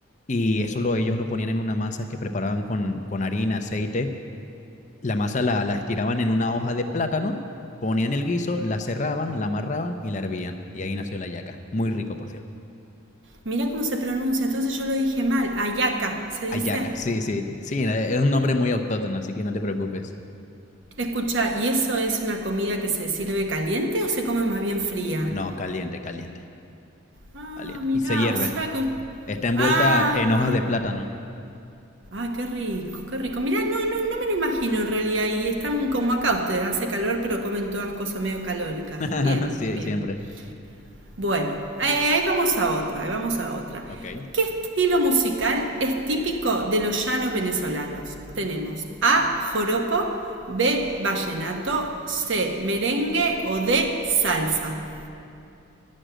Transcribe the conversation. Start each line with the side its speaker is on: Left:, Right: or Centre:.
Left: y eso lo, ellos lo ponían en una masa que preparaban con, con harina, aceite. La masa la, la estiraban en una hoja de plátano, ponían el guiso, la cerraban, la amarraban y la hervían. Y ahí nació la hallaca. Muy rico, por cierto.
Right: Mirá cómo se pronuncia, entonces yo lo dije mal, ayaca, ¿se dice?
Left: Hallaca, sí, sí, sí, eh, es un nombre muy autóctono, así que no te preocupes.
Right: Escucha, ¿y eso es una comida que se sirve caliente o se come más bien fría?
Left: No, caliente, caliente,
Right: Ah,
Left: caliente.
Right: mirá,
Left: Y se hierve.
Right: o sea que...
Left: Está envuelta
Right: Ah,
Left: en hojas
Right: ah,
Left: de plátano.
Right: ah, qué rico, qué rico. Mirá, no, no, no me lo imagino en realidad. Y están como acá ustedes, hace calor, pero comen todas cosas medio calóricas.
Left: <laughs>
Right: Bien,
Left: Sí,
Right: bien.
Left: siempre.
Right: Bueno, ahí ahí vamos a otra, ahí vamos a otra.
Left: Ok.
Right: ¿Qué estilo musical es típico de los llanos venezolanos? Tenemos A, joropo, B, vallenato, C, merengue o D, salsa.